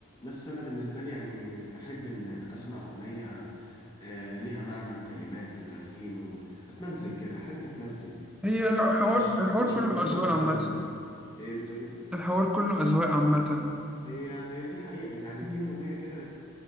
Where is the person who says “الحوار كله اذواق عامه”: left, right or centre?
Centre